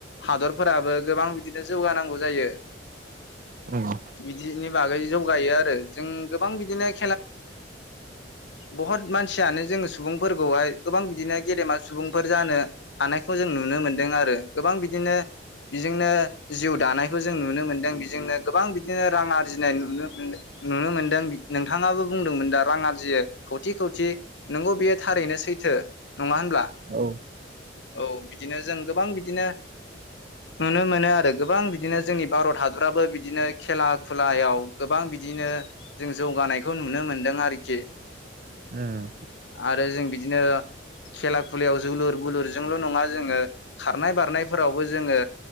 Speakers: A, on the left (about 65°); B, on the right (about 45°).
A: हादरफोराबो गोबां बिदिनो जौगानांगौ जायो।
B: औ
A: बिदिनि बागै जौगायो आरो। जों गोबां बिदिनो। बहुत मानसियानो जोङो सुबुंफोरखौहाय। गोबां बिदिनो गेदेमा सुबुंफोर। जानो हानायखौ जों नुनो मोनदों आरो गोबां बिदिनो बिजोंनो जिउ दानायखौ जों नुनो मोनदों बेजोंनो गोबां बिदिनो रां आरजिनाय नुनो मोनदों। नोंथांङाबो बुंदोंमोन दा रां आरजियो खौथि खौथि नंगौ बियो थारैनो सैथो। नङा होनब्ला
B: औ
A: औ बिदिनो जों। गोबां बिदिनो नुनो मोनो आरो गोबां बिदिनो जोंनि भारत हादराबो बिदिनो खेला खुलायाव गोबां बिदिनो जों जौगानाय। बेखौ नुनो मोनदों आरोखि।
B: उम
A: आरो जों बिदिनो खेला खुलायाव जोलुर बोलुरजोंल नङा जोङो खारनाय बारनाय। फोरावबो जोङो